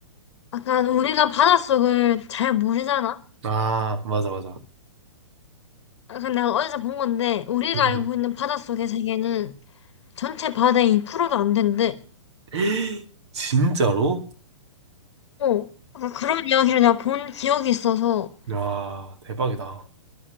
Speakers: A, on the left; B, on the right.
A: 약간 우리가 바닷속을 잘 모르잖아?
B: 아, 맞아, 맞아.
A: 약간 내가 어디서 본 건데, 우리가
B: 음, 음.
A: 알고 있는 바닷속의 세계는 전체 바다의 로도 안 된대.
B: <gasps> <laughs> 진짜로?
A: 어. 약간 그런 이야기를 내가 본 기억이 있어서,
B: 야, 대박이다.